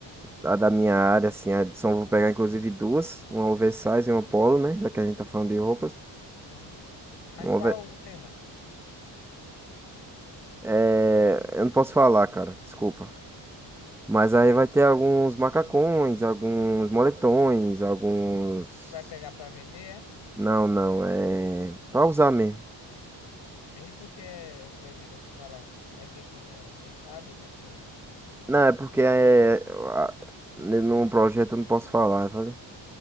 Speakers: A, in the centre; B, on the left.
A: a, a da minha área, assim, a de som. Vou pegar, inclusive, duas. Uma oversize e uma polo, né? Já que a gente tá falando de roupas.
B: Uhum. Mas
A: Uma
B: qual
A: over...
B: o tema?
A: é, eu não posso falar, cara. Desculpa. Mas
B: Por
A: aí
B: quê?
A: vai ter alguns macacões, alguns moletões, alguns...
B: Vai pegar pra vender, é?
A: Não, não. É... Pra usar mesmo.
B: E por que é proibido assim falar? É porque tu não, não sabe o que é que tu.
A: Não, é porque é... a- Num projeto eu não posso falar, sabe?